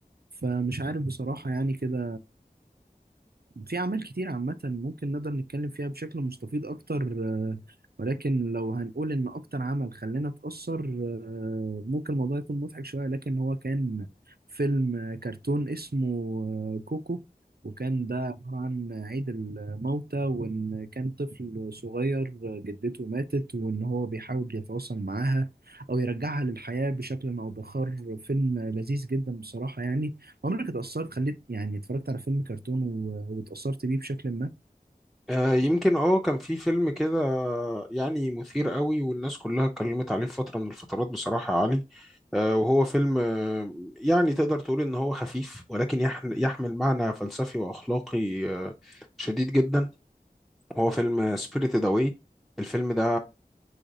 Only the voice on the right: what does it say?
فمش عارف بصراحة يعني كده في أعمال كتير عامة ممكن نقدر نتكلم فيها بشكل مستفيض أكتر آه، ولكن لو هنقول إن أكتر عمل خلانا نتأثر آه، ممكن الموضوع يكون مضحك شوية لكن هو كان فيلم آه، كرتون اسمه آه، كوكو وكان ده عبارة عن عيد الموتى وإن كان طفل صغير آه، جدته ماتت وإن هو بيحاول يتواصل معاها أو يرجعها للحياة بشكل أو بآخر فيلم لذيذ جدا بصراحة يعني عمرك اتأثرت خليت يعني اتفرجت على فيلم كرتون و... واتأثرت بيه بشكل ما